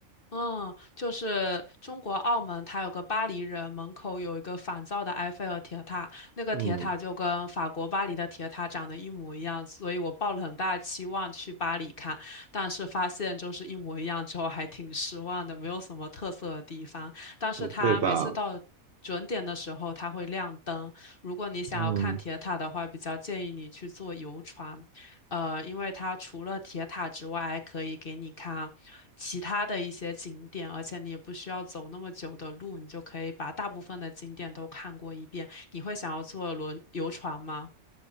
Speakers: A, on the left (about 45°); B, on the right (about 60°).
A: 嗯，就是中国澳门，它有个巴黎人，门口有一个仿造的埃菲尔铁塔，那个铁塔就跟法国巴黎的铁塔长得一模一样，
B: 嗯，
A: 所以我抱了很大的期望去巴黎看，但是发现就是一模一样之后，还挺失望的，没有什么特色的地方。但是它每次到准点的时候，
B: 不对吧？
A: 它会亮灯，如果你想要看铁塔的话，
B: 嗯。
A: 比较建议你去坐游船。呃，因为它除了铁塔之外，还可以给你看其他的一些景点，而且你也不需要走那么久的路，你就可以把大部分的景点都看过一遍。你会想要坐轮游船吗？